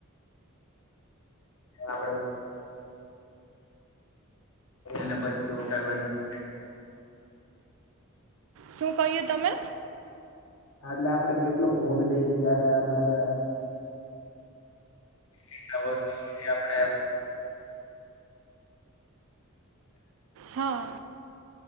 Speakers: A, on the left; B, on the right.
A: આપણે ને પછી ડોક્ટર બની શકે
B: શું કહ્યું તમે
A: એટલે આપડે કેટલો ભોગ દઈ ત્યારે આપડે કેટલા વર્ષ સુધી આપણે
B: હા.